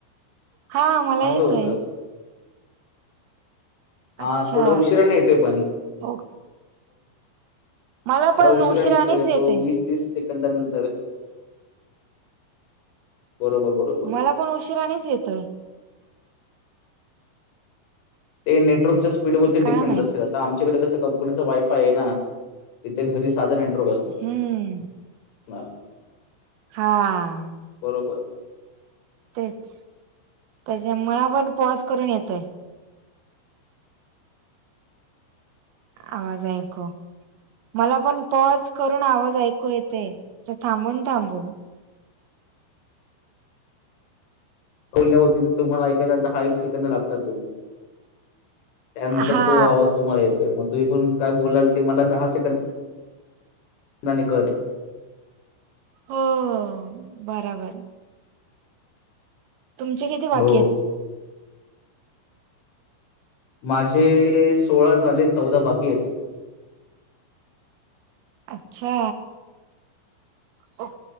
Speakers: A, on the right; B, on the left.
A: हा, मला येतोय.
B: होतं. हा
A: अच्छा
B: थोडा उशिरानं येतोय पण
A: ओ. मला
B: थोडा
A: पण
B: उशीरान
A: उशिराणीच
B: येतो.
A: येते
B: वीस तीस सेकदानंतर. बरोबर बरोबर.
A: मला पण उशिराणीच येतोय.
B: ते नेटवर्कच्या स्पीडवरती
A: काय
B: डिपेंड
A: माहित
B: असल. आता आमच्याकडे कस कंपनीच वायफाय आहे ना. तिथे घरी साध नेटवर्क असत.
A: हम्म.
B: हम्म.
A: हा.
B: बरोबर.
A: तेच त्याच्या मला पण पॉज करून येतोय. आवाज ऐकू मला पण पॉज करून आवाज ऐकू येतेय. असं थांबून थांबून
B: बोलल्यावरती ते तुम्हाला ऐकायला येत दहा एक सेकंद लागतातच. त्यानंतर
A: हा
B: तो आवाज तुम्हाला येतो. मग तुम्ही पण काय बोलाल ते मला दहा सेकंदाने कळत.
A: हो बराबर. तुमचे किती बाकी
B: हो.
A: आहेत?
B: माझे सोळा झाले चौदा बाकी आहेत.
A: अच्छा ओ.